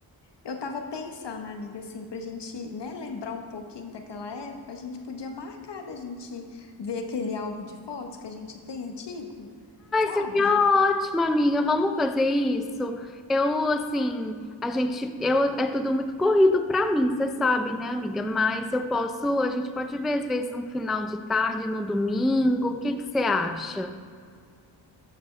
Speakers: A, on the left (about 70°); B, in the centre.
A: Eu tava pensando, amiga, assim, pra gente, né, lembrar um pouquinho daquela época, a gente podia marcar da gente ver aquele álbum de fotos que a gente tem antigo, sabe?
B: Seria ótimo, amiga. Vamos fazer isso. Eu, assim, a gente, eu, é tudo muito corrido pra mim, você sabe, né, amiga? Mas eu posso, a gente pode ver às vezes um final de tarde no domingo. O que que você acha?